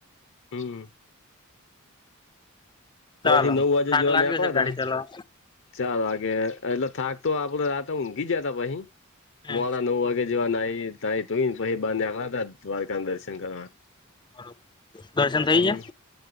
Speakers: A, on the left (about 60°); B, on the left (about 20°).
A: હમ
B: ચાલો
A: હીથી નવ વાગે
B: થાક
A: જોવા
B: લાગ્યો
A: આવા
B: છે ગાડી ચલાવવા
A: ત ચાર વાગે એટલે થાક તો આપ રાતા હ ગી જતા ભહી
B: હમ
A: મોડા નવ વાગે જેવા ન <inaudible> તોહી બાંધ્યાખા દ્વારકા દર્શન કરવા
B: બરોબર દર્શન થઈ
A: હમ
B: ગયા